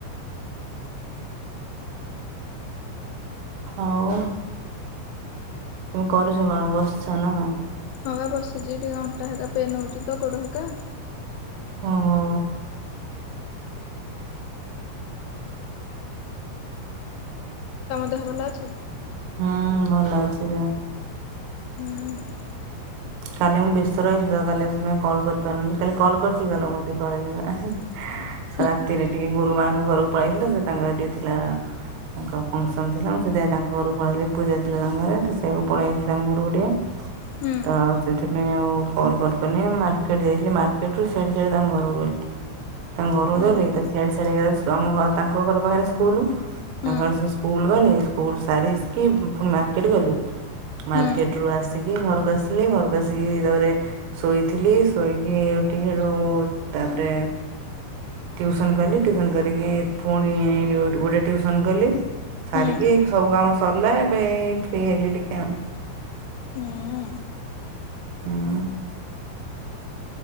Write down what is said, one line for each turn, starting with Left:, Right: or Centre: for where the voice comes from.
Left: <inaudible>
Right: ଆଉ କରୁଚ କଣ ବସିଛ ନା କଣ?
Left: ହଁ ବା ବସିଚି ଏଟି ଅଣ୍ଟା ହାକା ପେନ୍ ହଉଚିତ ଗୋଡ଼ ହାକା।
Right: ହୁଁ।
Left: ତମଦେହ ଭଲଅଛି?
Right: ହୁଁ ଭଲ ଅଛି ଦେହ।
Left: ହୁଁ।
Right: କାଲି ମୁଁ ବ୍ୟସ୍ତ ରହିଥିଲିତ କାଲି ଆଉ ସେଥିପାଇଁ କଲ୍ କରିପାରିନଥିଲି କାଲି କଲ୍ କରିଚି କାଇକିନା ମୁଁ ଏଟି କରିନି।
Left: <inaudible>
Right: ସେ ରାତିରେ ଟିକେ ଗୁରୁମାଙ୍କ ଘରକୁ ପଳେଇଥିଲୁ ସେ ତାଙ୍କର ଟିକେ ଥିଲା ତାଙ୍କ ଫଂକ୍ସନ ଥିଲା ମୁଁ ସେଥିପାଇଁ ତାଙ୍କ ଘରୁକୁ ପଳେଇଲି ପୂଜା ଥିଲା ତାଙ୍କ ଘରେ ତ ସେଇଆକୁ ପଳେଇଥିଲି ତାଙ୍କ ଘରକୁ ଟିକେ।
Left: ହୁଁ
Right: ତ ସେଥିପାଇଁ ଆଉ କଲ୍ କରିିପାରିନି ଆଉ ମାର୍କେଟ ଯାଇଥିଲି ମାର୍କେଟରୁ ସିଆଡ଼େ ସିଆଡ଼େ ତାଙ୍କ ଘରକୁ ଗଲି। ତାଙ୍କ ଘରକୁ ଗନି
Left: ଓହୋ
Right: ତ ସିଆଡ଼େ ସିଆଡ଼େ ଏକାଥରେ ଆମ ଘର ତାଙ୍କ ଘର ପାଖରେ ସ୍ ସ୍କୁଲ
Left: ହୁଁ
Right: ତାଙ୍କର ସେସ୍କୁଲ ଗଲେ ସ୍କୁଲ ସାରିକି ପୁଣି ମାର୍କେଟ ଗଲି
Left: ହୁଁ
Right: ମାର୍କେଟ ରୁ ଆସିକି ଘରକୁ ଆସିଲି ଘର ବାସ୍ ଇଏ ତାପରେ ଶୋଇଥିଲି ଶୋଇକି ଉଠିକି ହେଟୁ ତାପରେ ଟିୟୁସନ୍ କଲି ଟିୟୁସନ୍ କରିକି ପୁଣି ଗୋଟେ ଟିୟୁସନ୍ କଲି ସାରିକି
Left: ହୁଁ।
Right: ସବୁ କାମ ସରିଲା ଏବେ ଏଇ ଫ୍ରି ହେଲି ଟିକେ ଆଉ।
Left: ହୁଁ।
Right: ହୁଁ।